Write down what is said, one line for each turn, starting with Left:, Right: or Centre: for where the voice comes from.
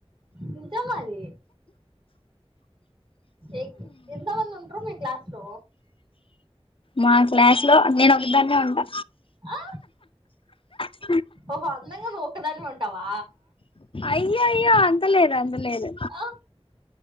Right: నిజమది ఎ ఎంతమంది ఉంటరూ మీ క్లాస్ లో
Left: మా క్లాస్ లో నేను ఒ ఒక్కదాన్నే ఉంటా
Right: ఆ
Left: అ
Right: ఓహో నిజంగా నువ్వొక్కదానివే వా
Left: అయ్యా అయ్యా అంతలేదు. అంత లేదు
Right: ఆ